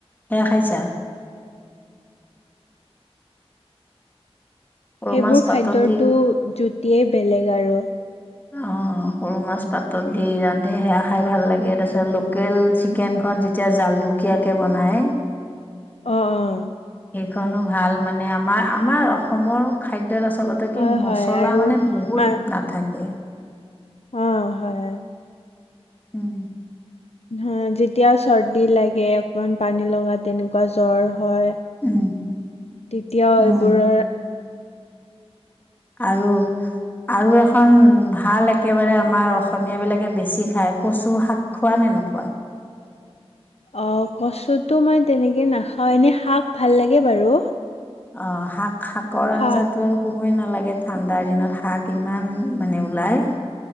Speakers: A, on the left; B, on the left.
A: সেয়া খাইছা? সৰু
B: সেইবোৰ
A: মাছ পাতত
B: খাদ্যতটো
A: দি
B: জুতিয়েই বেলেগ? আৰু
A: অঁ সৰু মাছ পাতত দি ৰান্ধে সেয়া খাই ভাল লাগে তাৰপিছত লোকেল চিকেনখন যেতিয়া জালুকীয়াকে বনায়?
B: অঁ অঁ
A: খনো ভাল মানে আ আমাৰ অসমৰ খাদ্য? আচলতে
B: হয়,
A: কি
B: হয়
A: মচলা
B: আৰু
A: মানে বহুত
B: মা
A: নাথাকে?
B: অ অঁহয়।
A: উম
B: হ যেতিয়া চৰ্দি লাগে অকমান পানী লগ। বা তেনেকুৱা জ্বৰ হয়,
A: উম
B: তেতিয়াও
A: উম
B: এইবোৰৰ।
A: আৰু আৰু এখন। ভাল, একেবাৰে
B: হয়।
A: আমাৰ অসমীয়া বিলাক। বেছি খাই, কচু শাক খোৱা নে নোখোৱা?
B: অঁ কচুটো মই তেনেকে নাখাও এনে, শাক ভাল লাগে বাৰু।
A: অঁ, শাক। শাকৰ আঞ্জাতটো
B: শাক
A: আৰু। কইবই নালাগে ঠাণ্ডাৰ দিনত, শাক ইমান মানে ওলায়।